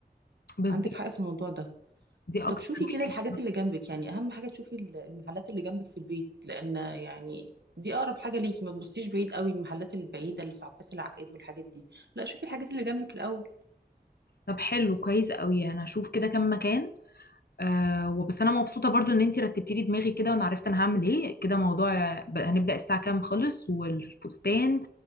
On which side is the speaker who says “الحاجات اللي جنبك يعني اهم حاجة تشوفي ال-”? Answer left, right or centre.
Right